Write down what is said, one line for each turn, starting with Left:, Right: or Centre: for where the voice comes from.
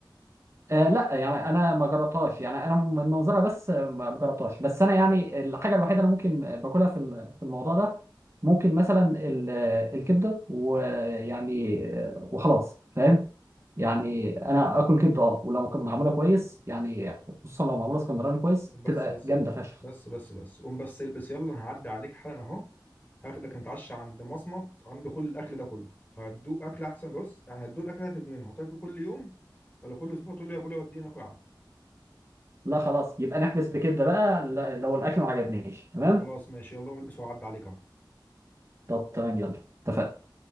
Right: آه لا يعني انا ما جربتهاش يعني انا من منظرها بس آه، ما ما جربتهاش بس انا يعني الحاجه الوحيده اللي ممكن باكلها في ال- في الموضوع ده ممكن مثلا ال- آه، الكبده ويعني آه، وخلاص فاهم يعني انا اكل كبده اه ولو كانت معموله كويس يعني خصوصا لو معموله اسكندراني كويس
Left: بس
Right: تبقى
Left: بس
Right: جامده
Left: بس
Right: فشخ
Left: بس بس بس قوم بس البس يلا انا هعدي عليك حالا اهو هاخدك نتعشى عند مصمت عنده كل الاكل ده كله هتدوق اكل احسن بص يعني هتدوق الاكل هتدمنه هتاكل كل يوم ولا كل اسبوع تقول لي يا ابويا وديني ناكل عنده
Right: لا خلاص يبقى نحبس بكده بقى لا- لو الاكل ما عجبنيش تمام
Left: خلاص ماشي يلا قوم البس وهعدي عليك اهو
Right: طب تمام يلا اتفقنا